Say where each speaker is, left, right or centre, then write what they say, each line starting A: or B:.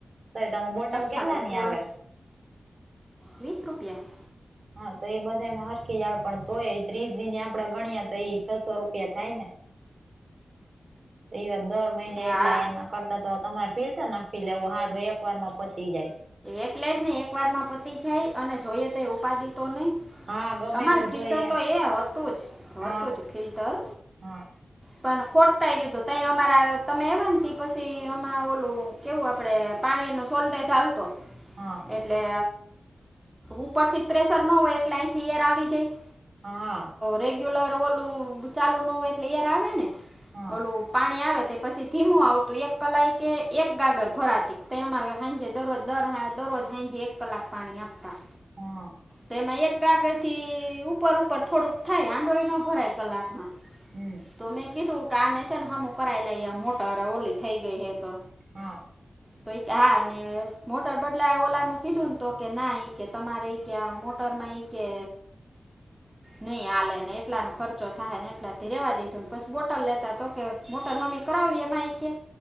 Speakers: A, on the right; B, on the right.
A: તે ડોવન બોટલ
B: થાતો
A: કેટલા ની
B: પોરો
A: આવે
B: વીસ રૂપિયા.
A: હા તો એ બધામાં હરખી જ આવે પણ તોય ત્રીસ દિ આપડે ગણએ તો ઈ છસો રૂપિયા થાય ને. એવા દર મહિને
B: હા
A: એટલે એના કરતા તો તમારે ફીલતર નાખી દેવું હારુ એક વાર માં પતી જાય.
B: એટલે જ ને એક વાર માં પતી જાય અને જોઈએ તે ઉપાધિ તો નહી.
A: હા ગમે
B: અમારે
A: એટલું
B: ફિલ્ટર
A: જોઈએ
B: તો એ હતું જ
A: હા
B: હતું જ ફિલ્ટર.
A: હા
B: પણ ખોટકાઈ ગયું હતું તઈ અમારા તમે આવયા ને તી પછી અમના ઓલું. કેવું આપડે પાણી નું સોલ્ટે ચાલતો.
A: હા.
B: એટલે ઉપરથી જ પ્રેશર નો હોય એટલે અહીથી એર આવી જાય.
A: હા
B: રેગ્યુલર ઓલું ચાલુ ના હોય એટલે એર આવે ને
A: હા
B: ઓલું. પાણી આવે તે પછી ધીમું આવતું એક કલાય કે એક ગાગર ભરાતી તે અમારે હાંજે દરરોજ. દર દરરોજ હાંજે એક કલાક પાણી આપતા.
A: હા.
B: તેમાં એક ગાગર થી ઉપર ઉપર થોડુંક થાય હાંડો એ નો ભરાય કલાકમાં.
A: હમ.
B: તો મેં કીધું કે આ ને શે ને હમું કરાવી લયે મોટર ઓલી થઈ ગઈ હે તો.
A: હ
B: તો યકે હા મોટર બદલા ઓલા ને કીધું ને તો કે ના કે તમારે. કે આ મોટરમાં ઈ કે. નહીં હાલે ને એટલાનો ખર્ચો થાય ને એટલાથી રેવા દીધું ને પછી બોટલ લેતા તો કેય. મોટર હમી કરાવી એમ આઈ કે.